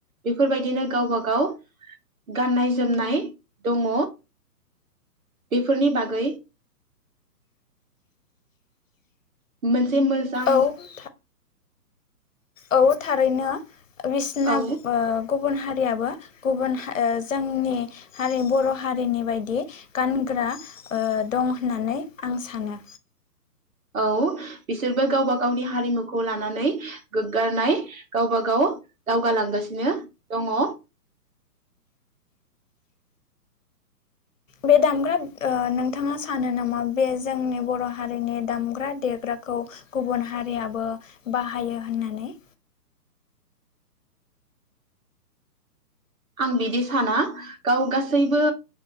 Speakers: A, on the right (about 55°); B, on the left (about 55°).
A: बेफोरबायदिनो गावबा गाव गाननाय जोमनाय दङ बेफोरनि बागै मोन से मोजां
B: औ औ थारैनो। बिसिना
A: औ
B: ओ गुबुन हारियाबो गुबुन ओ जोंनि हारि बर' हारिनि बायदि गानग्रा ओ दं होननानै आं सानो।
A: औ इसोरबो गावबा गावनि हारिमुखौ लानानै गोग्गानाय गावबा गाव दावगालांगासिनो दङ।
B: बे दामग्रा ओ नोंथाङा सानो नामा बे जोंनि बर' हारिनि दामग्रा देग्राखौ गुबुन हारियाबो बाहायो होननानै?
A: आं बिदि साना गाव गासैबो